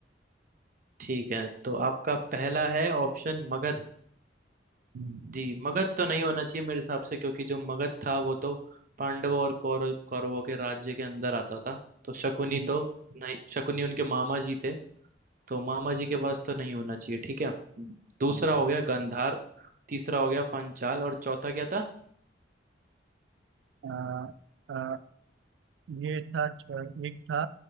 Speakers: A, on the right; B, on the right.
A: ठीक है तो आपका पहला है ऑप्शन मगध
B: हम्म,
A: जी मगध तो नहीं होना चाहिए मेरे हिसाब से क्योंकि जो मगध था वो तो पांडवों और कौरव कौरवों के राज्य के अंदर आता था तो शकुनी
B: हम्म,
A: तो नहीं शकुनी उनके मामा जी थे तो मामा जी के पास तो नहीं होना चाहिए ठीक है दूसरा
B: thank you.
A: हो गया गंधार तीसरा हो गया पंचाल और चौथा क्या था
B: अ, अ, ये था एक था